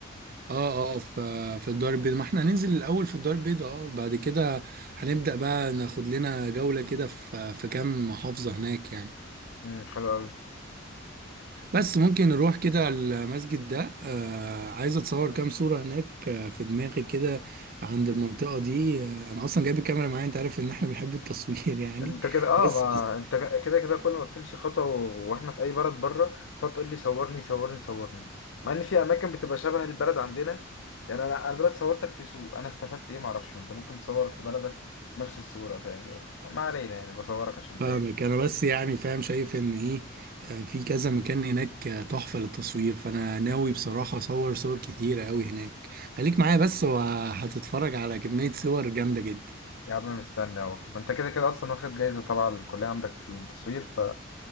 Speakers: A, on the right (about 45°); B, on the left (about 70°).
A: اه اه في في الدار البيضاء ما احنا هننزل الاول في الدار البيضاء اه بعد كده هنبدأ بقى ناخد لنا جولة كده في في كام محافظة هناك يعني
B: امم حلو قوي
A: بس ممكن نروح كده المسجد ده آه عايز اتصور كام صورة هناك آه في دماغي كده عند المنطقة دي آه انا اصلا جايب الكاميرا معايا انت عارف ان احنا بنحب التصوير <laughs> يعني
B: انت كده اه
A: بس
B: ما انت كده كده كل ما بتمشي خطوه و- واحنا في اي بلد بره تقعد تقول لي صورني صورني صورني مع ان في اماكن بتبقى شبه البلد عندنا يعني انا انا دلوقتي صورتك في سوق انا استفدت ايه ما اعرفش انت ممكن تصور في بلدك نفس الصوره فاهمني بس ما علينا يعني بصورك عشان بلاقي
A: فاهمك انا بس يعني فاهم شايف ان ايه آه، في كذا مكان هناك آه، تحفة للتصوير فانا ناوي بصراحة اصور صور كتيرة قوي هناك خليك معايا بس وهتتفرج على كمية صور جامدة جدا
B: يا عم مستني اهو ما انت كده كده اصلا واخد جايزه طبعا الكليه عندك في التصوير